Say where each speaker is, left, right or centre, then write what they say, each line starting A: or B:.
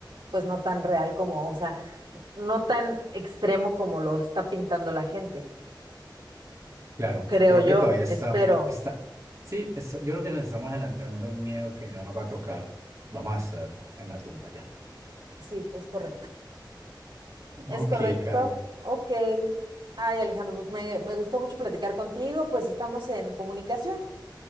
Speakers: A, on the right; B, on the right.
A: pues no tan real como, o sea, no tan extremo como lo está pintando la gente,
B: claro.
A: creo
B: Creo
A: yo,
B: que todavía está,
A: espero.
B: está, sí, está- yo creo que nos estamos adelantando a un miedo que no nos va a tocar. Vamos a estar en la tumba ya. <laughs>
A: Sí, es correcto. ¿Es
B: Ok,
A: correcto?
B: Carla.
A: Ok. Ay, Alejandro, pues me, me gustó mucho platicar contigo, pues estamos en comunicación.